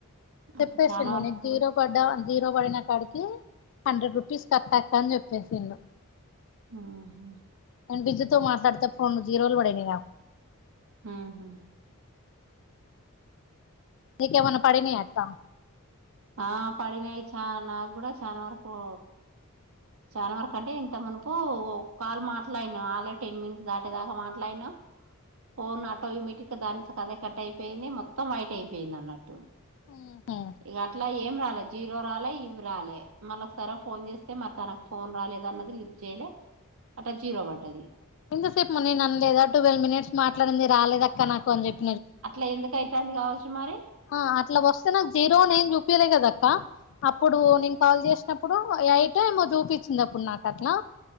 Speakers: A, on the left; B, on the right.
A: చెప్పేసిరి
B: అట్లా చాలా వరకు
A: నీ జీరో పడ్డా అంత జీరో పడిన కాడికి హండ్రెడ్ రూపీస్ కట్టక్క అని చెప్పేసిరూ
B: ఆహా
A: నేను విద్యతో మాట్లాడితే ఫను జీరోలు పడినాయి నాకు
B: ఆహా
A: నీకేమన్న పడినాయ అక్క
B: ఆ పడినాయి చా నాకు కూడా చానా వరకు చాలా వరకు అంటే ఇంత మునుపు కాల్ మాట్లాడినాం ఆల్రెడీ టెన్ మినిట్స్ దాకా మాట్లాడినాం ఫోన్ ఆటోమేటిక్ గా దాని అంతట అదే కట్ అయిపోయింది మొత్తం వైట్ అయిపోయింది అన్నట్టు
A: ఉహు
B: ఇక అట్లా ఏం రాదు జీరో రాలే ఇవి రాలే మళ్ళ ఒకసారి ఫోన్ చేస్తే తనకు ఫోన్ రాలేదు అన్నది లిఫ్ చేయలే అట్ట జీరో పడ్డది
A: ఎంతసేపు నేను అనలేదా ట్వెల్వ్ మినిట్స్ మాట్లాడింది రాలేదఅక్క నాకు అని చెప్పి
B: అట్లా ఎందుకు అతంది కావచ్చని మరి
A: ఆ అట్లా వస్తే నాకు జీరోనీ ఏం చూపియలే కదా అక్క అప్పుడు నేను కాల్ చేస్త అప్పుడు ఎయిట్ ఏమో చూపించింది అప్పుడు నాకు అట్లా